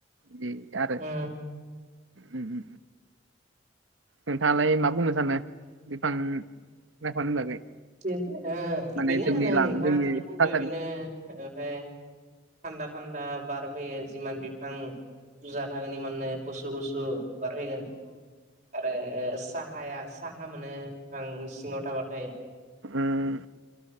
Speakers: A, on the right; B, on the right.
A: बे आरो
B: ओ
A: उम उम। नोंथाङालाय मा बुंनो सानो बिफां लाइफांनि बागै?
B: बेनो ओ-बेनो
A: माने जोंनि
B: नों
A: ला
B: नोंथाङा
A: जोंनि
B: जि बुंदो
A: थासारियाव
B: बेनो। ओमफ्राय थान्दा थान्दा बारबोयो जिमान बिफां बुजा थागोन एमाननो गुसु गुसु बार फैगोन। आरो साहाया साहा मोनो बिफां सिङाव थाबाथाय।
A: उम।